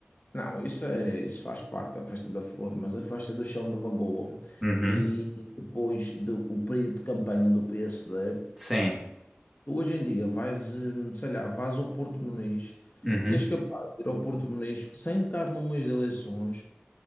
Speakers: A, on the left; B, in the centre.
A: não, isso, é, isso faz parte da Festa da Flor, mas a Festa do Chão de Lagoa
B: Uhum,
A: e depois do o período de campanha do PSD,
B: sim,
A: tu hoje em dia vais, hum, sei lá, vais ao Porto Muniz
B: uhum,
A: e és capaz de ir ao Porto Muniz sem estar no mês de eleições